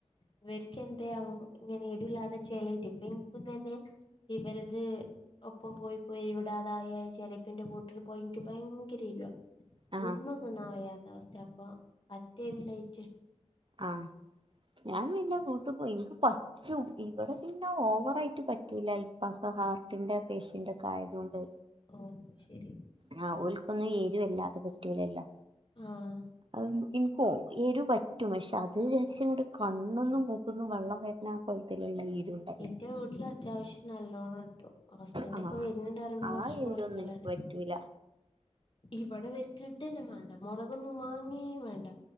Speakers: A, on the left; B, on the right.
A: ഇവർക്കെ തെയാവോ ഇങ്ങനെ ഇടുല്ലാതെ ചേലായിട്ട് ഇപ്പൊ ഇനിക്കും തന്നെ ഇവരത് ഒപ്പം പോയി പോയി ഇവിടാതായിയായി ചെലപ്പിന്റെ കൂ ട്ടിൽ പോയെക്ക് ഭയങ്കര എരുവാ
B: ആ
A: ഒന്നും തിന്നാ വയ്യാത്ത അവസ്ഥയാ അപ്പൊ പറ്റേ എരുല്ലായിറ്റ്
B: ആഹ്‌ ഞാൻ പിന്നെ വിട്ട് പോയി നി എനക്ക് പ റ്റും ഇവടെ പിന്ന ഓവറായിട്ട് പറ്റൂല ഇപ്പക് ഹാർട്ടിന്റെ പേഷ്യന്റ് ഒക്ക ആയതുകൊണ്ട്
A: ഓഹ് അഅ്ശരി
B: ആഹ് ഓൽക്കൊന്നും ഏരുവല്ലാത പറ്റൂലല്ലോ
A: ആഹ്‌
B: അ എനിക്കോ എരു പറ്റും പക്ഷെ അത് വിചാരിച്ചാണ് കണ്ണുന്നും മൂക്കുന്നും വെള്ളം വെ തിന്നാ കോലത്തിലുള്ള എരു
A: എന്റ വീട്ടില് അത്യാവശ്യം നല്ലോണം ഇടും ഹസ്ബൻഡക്കെ
B: ആഹ്
A: വരുന്നുണ്ടറിമ്പോ
B: ആ
A: കൊറച്ച്
B: ഏരിയ
A: കൊറക്കലാണ്
B: ഒന്നും എനിക്ക് പറ്റൂല.
A: ഇവട ഇവര്ക്ക് ഇട നെ മാണ്ട മൊളകൊന്നും മാങ്ങയേം വേണ്ട